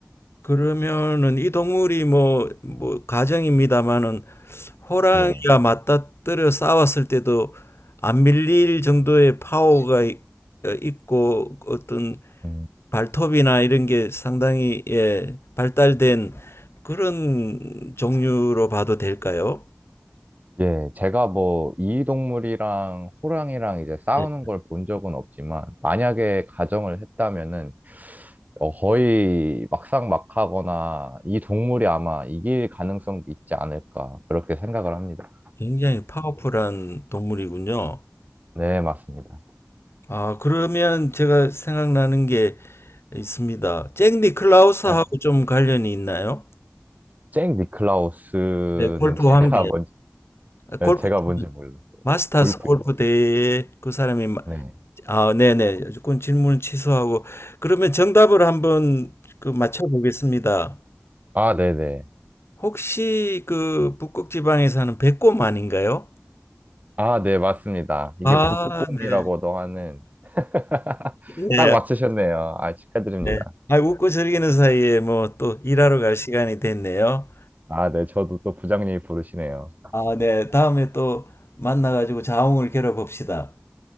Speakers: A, on the left; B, on the right.
A: 그러면은 이 동물이 뭐, 뭐, 가정입니다마는 호랑이와
B: 네.
A: 맞다뜨려 싸웠을 때도 안 밀릴 정도의 파워가 이- 어, 있고 어떤
B: 음.
A: 발톱이나 이런 게 상당히, 예, 발달된 그런 종류로 봐도 될까요?
B: 예, 제가 뭐 이동물이랑 호랑이랑 이제 싸우는
A: 네.
B: 걸 본 적은 없지만 만약에 가정을 했다면은 어, 거의 막상막하거나 이 동물이 아마 이길 가능성도 있지 않을까 그렇게 생각을 합니다.
A: 굉장히 파워풀한 동물이군요.
B: 네, 맞습니다.
A: 아, 그러면 제가 생각나는 게 있습니다. 잭 니클라우스하고
B: 어,
A: 좀 관련이 있나요?
B: 잭 니클라우스는
A: 네, 골프
B: 제가
A: 관계.
B: <laughs> 뭔지
A: 아, 골프,
B: 네, 제가 뭔지 몰랐어요.
A: 마스터스
B: 골프요.
A: 골프 대회에 그 사람이, 마-
B: 네.
A: 아, 네네. 그건 질문 취소하고. 그러면 정답을 한번 그 맞춰보겠습니다.
B: 아, 네, 네.
A: 혹시 그 북극 지방에 사는 백곰 아닌가요?
B: 아, 네, 맞습니다. 이게
A: 아,
B: 북극곰이라고도
A: 네.
B: 하는 <laughs>
A: 네,
B: 딱 맞추셨네요. 아, 축하드립니다.
A: 네. 아, 웃고 즐기는 사이에 뭐 또 일하러 갈 시간이 됐네요.
B: 아, 네, 저도 또 부장님이 부르시네요.
A: 아, 네. 다음에 또 만나가지고 자웅을 겨뤄봅시다.